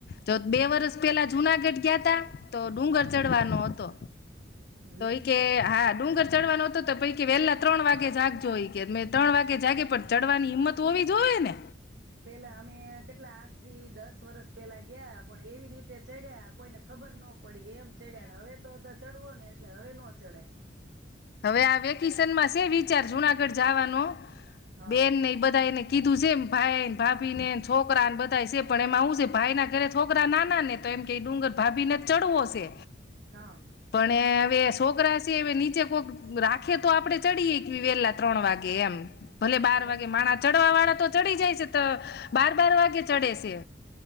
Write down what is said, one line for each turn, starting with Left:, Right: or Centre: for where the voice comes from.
Left: તો બે વર્ષ પેલા જુનાગઢ ગયા ત તો ડુંગર
Right: હા
Left: ચડવાનો હતો. તોય
Right: લે
Left: કે હા. ડુંગર ચડવાનો હતો તો પૈકી વહેલા ત્રણ વાગે જાગજો હોય કે મે ત્રણ વાગે જાગે પણ ચડવાની હિંમત હોવી જોઈએ ને!
Right: પેલા અમે કેટલા આજ થી દસ વરસ પેલા ગયા પણ એવી રીતે ચડ્યા કોઈને ખબર નો પડી ગ એમ ચડ્યા ને હવે તો ચડવો ને એ એટલે હવે નો ચડાય.
Left: હવે આ વેકેશનમાં સે વિચાર જુનાગઢ જવાનો.
Right: હા
Left: બેન ને બધા એને કીધું છે, એમ ભાઈને, ભાભી, ને છોકરા ને બધા છે. પણ એમાં હું છે ભાઈના ઘરે છોકરા નાના ને તો એમ ક ડુંગર ભાભીને જ ચડવો છે.
Right: હા
Left: પણ એ વસ છોકરાસી એ નીચે રાખે તો આપડે ચડીએ વેલા ત્રણ વાગે એમ. ભલે બાર
Right: પણ
Left: વાગે
Right: એમ
Left: માણા ચડવા વાળા તો ચડી જાય છે, તો બાર બાર વાગે ચડે છે.